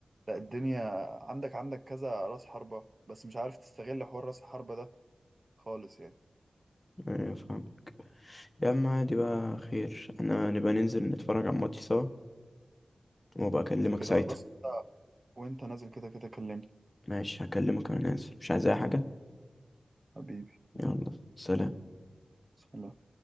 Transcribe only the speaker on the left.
آه، فاهم يا عم عادي بقى خير انا نبقى ننزل نتفرج على الماتش سوا وابقى اكلمك
ساعتها
ماشي هكلمك انا نازل مش عايز اي حاجة
يلا سلام